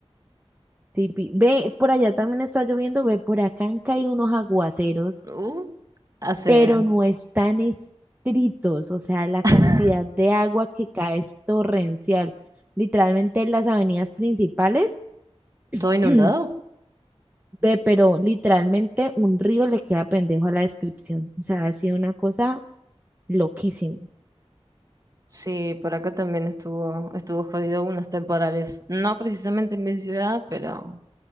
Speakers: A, on the right; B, on the right.
A: Tipi- Ve, por allá también está lloviendo, ve, por acá han caído unos aguaceros,
B: Uh, hace
A: pero no están escritos, o sea, la
B: <laughs>
A: cantidad de agua que cae es torrencial. Literalmente en las avenidas principales,
B: ¿Todo inundado?
A: <clears throat> ve, pero literalmente un río le queda pendejo a la descripción, o sea, ha sido una cosa loquísima.
B: Sí, por acá también estuvo, estuvo jodido unos temporales. No precisamente en mi ciudad, pero